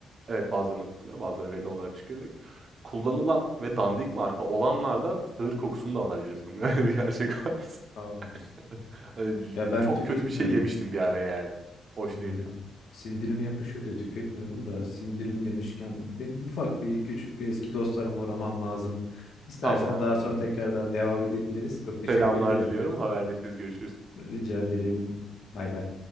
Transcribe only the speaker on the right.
evet, bazılarında kullanıyor, bazıları vegan olarak çıkıyor direkt. Kullanılan ve dandik marka olanlarda sığır kokusunu da alabiliyorsun. <laughs> Öyle bir gerçek var.
<laughs> Eee, j
çok
kötü bir şey yemiştim bir ara yani. Hoş
değildi.
Tamam,
tabii
ki.
Selamlar
diliyorum. Haberleşiriz, görüşürüz.